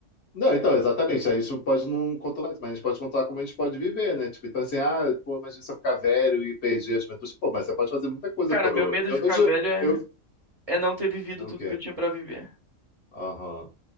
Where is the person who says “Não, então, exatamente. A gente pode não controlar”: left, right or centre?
Left